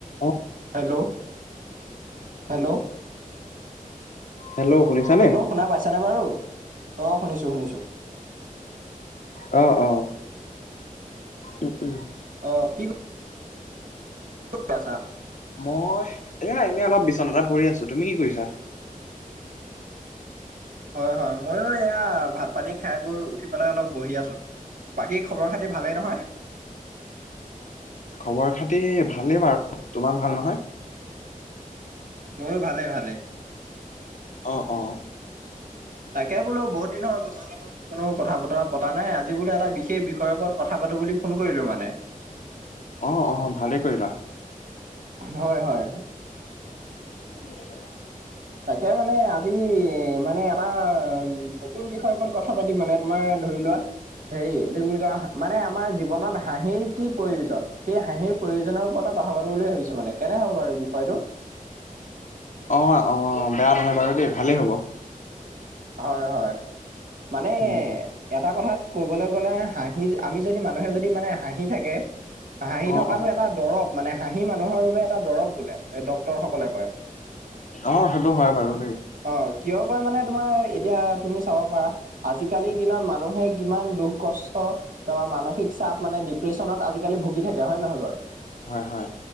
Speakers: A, on the left; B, on the right.
A: অ
B: হেল্ল'? হেল্ল'?
A: হেল্ল'! শুনিছানে?
B: হেল্ল' শুনা পাইছানে বাৰু? অ'! শুনিছোঁ, শুনিছোঁ।
A: অ' অ'! উম! উম!
B: অ'! কি ক ক'ত আছা?
A: মই, এইয়া এনেই অলপ, বিচনাতে এটা পৰি আছোঁ। তুমি কি কৰিছা?
B: হয়, হয়। মইয়ো এইয়া, ভাত-পানী খাই বৈ, উঠি পেলাই, অলপ বহি আছোঁ। বাকী, খবৰ-খাতি ভালেই নহয়?
A: খবৰ-খাতি ভালেই বাৰু। তোমাৰ ভাল নহয়?
B: মোৰো ভালে, ভালে।
A: অ' অ'!
B: তাকে, বোলো বহুত দিনো হ'ল, তোমাৰ লগত কোনো কথা-বতৰা পতা নাই। আজি বোলো, এটা বিশেষ বিষয়ৰ ওপৰত, কথা পাতোঁ বুলি, ফোন কৰিলোঁ মানে।
A: অ' অ'! ভালে কৰিলা।
B: হয়, হয়।
A: <inaudible>
B: তাকে মানে আজি মানে এটা, নতুন বিষয়ৰ ওপৰত কথা পাতিম মানে, তোমাৰ ধৰি লোৱা হেৰি, এইটো কি বুলি কয়! মানে, আমাৰ জীৱনত হাঁহিৰ কি প্ৰয়োজন? সেই, হাঁহিৰ প্ৰয়োজনৰ ওপৰতো কথা পাতোঁ বুলি ভাবিছোঁ, মানে! কেনে হ'ব বাৰু বিষয়টো?
A: অ' অ'! বেয়া নহয় বাৰু দেই, ভালেই হ'ব।
B: হয়, হয়। মানে,
A: উম উম
B: এটা কথাত, ক'বলৈ গ'লে হাঁহি, আমি যদি, মানুহে যদি মানে, হাঁহি থাকে হাঁহি
A: অ
B: থকাটো
A: অ
B: এটা দৰব মানে। হাঁহি মানুহৰ বাবে এটা দৰব বোলে, ডক্তৰ সকলে-
A: অ', সেইটো হয় বাৰু দেই।
B: অ', কিয় কয় মানে তোমাৰ, এতিয়া তুমি চাব পাৰা। আজিকালিৰ দিনত মানুহে কিমান দুখ কষ্ট বা মানসিক চাপ মানে ডিপ্ৰেছনত, আজি- কালি ভুগি থাকে হয়নে নহয় বাৰু।
A: হয় হয়।